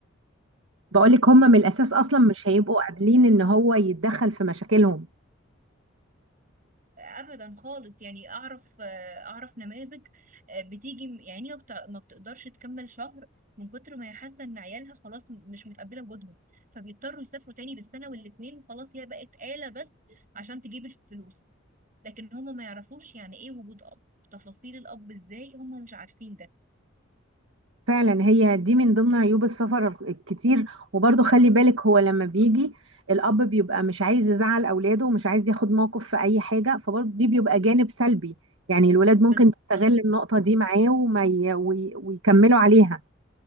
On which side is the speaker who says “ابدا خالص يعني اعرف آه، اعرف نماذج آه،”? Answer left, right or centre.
Right